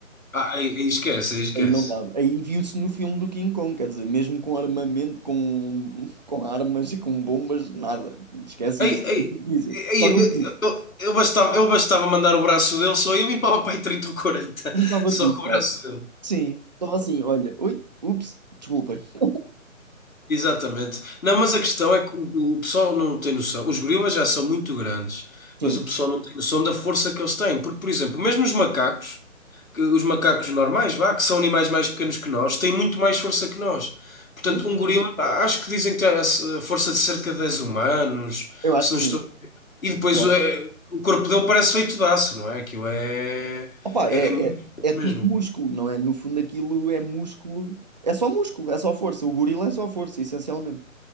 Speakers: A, on the left (about 75°); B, on the right (about 30°).
A: ah, aí- aí esquece, aí esquece.
B: Aí não dava. Aí viu-se no filme do King Kong, quer dizer, mesmo com armamento, com, <laughs> com armas e com bombas, nada. Esquece
A: Ei,
B: isso.
A: ei,
B: é Difícil.
A: ei,
B: Só
A: eu,
B: no cu.
A: eu- eu bastava, eu bastava mandar o braço dele, só eu limpava para aí 30 ou 40,
B: Limpava
A: só
B: tudo,
A: com
B: quase.
A: o braço dele.
B: Sim. Só assim, olha. Ui, ups, desculpem. <laughs>
A: Exatamente. Não, mas a questão é que o, o pessoal não tem noção. Os gorilas já são muito grandes, mas
B: Sim.
A: o pessoal não tem noção da força que eles têm. Porque, por exemplo, mesmo os macacos, que- os macacos normais, vá, que são animais mais pequenos que nós, têm muito mais força que nós. Portanto,
B: Diz?
A: um gorila, a- acho que dizem que tem a s- a força de cerca de 10 humanos,
B: Eu acho
A: se
B: que
A: não
B: sim.
A: estou. E depois
B: Eu acho.
A: é, o corpo dele parece feito de aço, não é? Aquilo é,
B: Opa,
A: é,
B: é,
A: é muito
B: é,
A: forte
B: é tudo
A: mesmo.
B: músculo, não é? No fundo, aquilo é músculo. É só músculo, é só força. O gorila é só força, essencialmente.